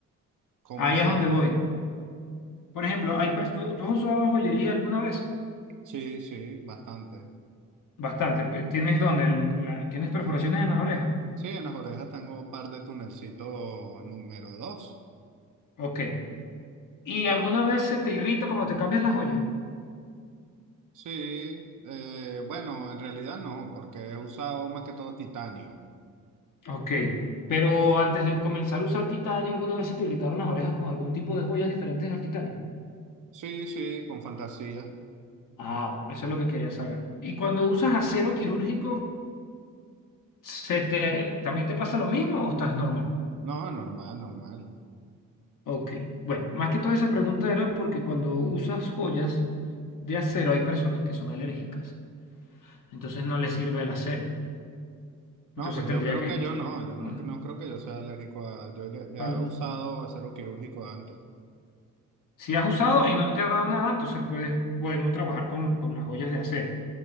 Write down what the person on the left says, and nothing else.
Ahí
es donde voy. Por ejemplo, hay pers- ¿tú, tú has usado joyería alguna vez?
Bastante. pe- ¿Tienes dónde? En la- ¿Tienes perforaciones
en las orejas?
Ok. ¿Y alguna vez se te irrita cuando te cambias la joya?
Ok. Pero antes de comenzar a usar titanio, ¿alguna vez se te irritaron las orejas con algún tipo de joyas diferentes al titanio?
Ah, bueno, eso es lo que quería saber. ¿Y cuando usas acero quirúrgico, se te, también te pasa lo mismo o estás normal?
Ok, bueno, más que toda esa pregunta era porque cuando usas joyas de acero hay personas que son alérgicas, entonces no les sirve el acero.
Entonces
tendría
que,
mm,
al-
si has usado y no te ha dado nada, entonces puedes, podemos trabajar con, con las joyas de acero.